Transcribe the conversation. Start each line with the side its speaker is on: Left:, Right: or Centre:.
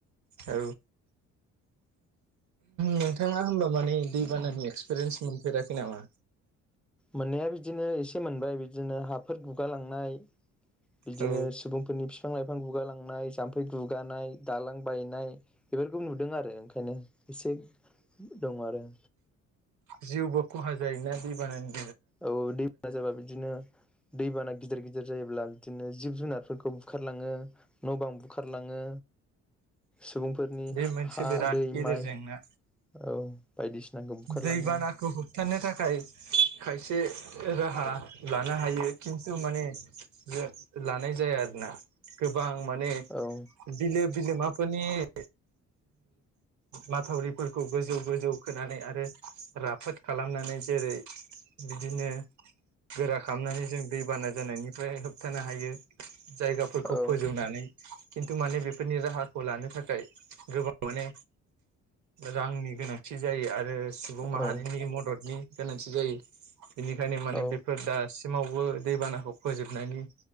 Right: औ नोंथाङा होमबा माने दै बानानि एक्सपिरियेन्स मोनफेरा खै नामा
Centre: मोननाया बिदिनो एसे मोनबाय बिदिनो हाफोर गुगालांनाय। बिदिनो
Right: औ
Centre: सुबुंफोरनि बिफां लाइ बिफां गुगालांनाय जाम्फै गुगानाय दालां बायनाय बेफोरखौ नुदों आरो ओंखायनो। एसे दं आरो
Right: जिउबो खहा जायोना दै बानानि
Centre: औ दैबाना जाबा बिदिनो दैबाना गिदिर गिदिर जायोब्ला बिद बिदिनो जिब जुनारफोरखौ बुखारलाङो न' बां बुखा बुखारलाङो सुबुंफोरनि
Right: बे मोनसे
Centre: हा
Right: बेराद
Centre: दै
Right: गेदेर
Centre: माइ
Right: जेंना
Centre: औ बायदिसिनाखौ बुखारलाङो
Right: दैबानाखौ होबथानो थाखाय खायसे एसे राहा लानो हायो खिन्थु माने जो लानाय जाया आरोना गोबां। माने
Centre: औ
Right: बिलो बिलोमाफोरनि ओ माथावरिफोरखौ गोजौ गोजौ खोनानै आरो राफोद खालामनानै जेरै बिदिनो गोरा खालामनानै जों दैबाना जानायनिफ्राय होबथानो हायो। जायगाफोरखौ
Centre: औ
Right: फोजौनानै खिन्थु माने बेफोरनि राहाखौ लानो थाखा फ्राय गोबां माने रांनि गोनांथि जायो आरो। ओ सुबुं माहारिनि
Centre: औ
Right: मददनि गोनांथि जायो। बेनिखायनो माने
Centre: औ
Right: बेफोर दास सिमावबो दैबानाखौ फोजोबनायनि